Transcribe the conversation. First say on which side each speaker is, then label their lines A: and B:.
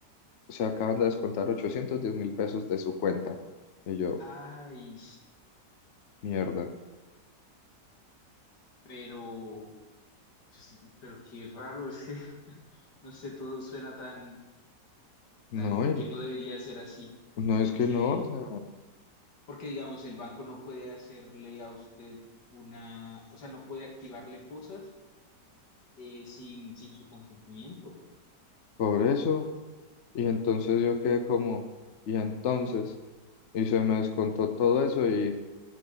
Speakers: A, on the left; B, on the left.
A: se acaban de descontar ochocientos diez mil pesos de su cuenta. Y yo,
B: Ay,
A: mierda.
B: pero, pues, pero qué raro, es que, <laughs> no sé, todo suena tan,
A: No,
B: tan
A: y
B: que no debería ser así,
A: no es
B: porque,
A: que no, o sea,
B: porque digamos, el banco no puede hacerle a usted una, o sea, no puede activarle cosas eh, sin, sin su consentimiento.
A: por eso. Y entonces yo quedé como, y entonces, y se me descontó todo eso y,